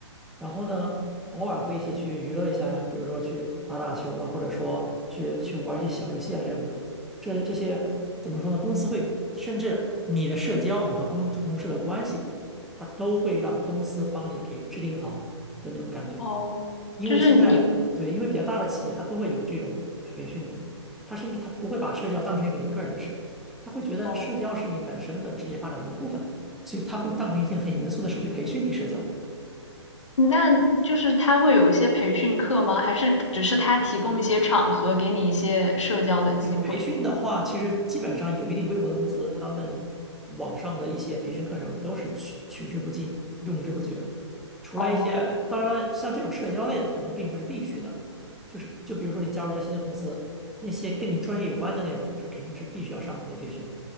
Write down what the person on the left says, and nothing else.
哦就是你。
哦。
那就是他会有一些培训课吗？还是只是他提供一些场合，给你一些社交的机会？
哦，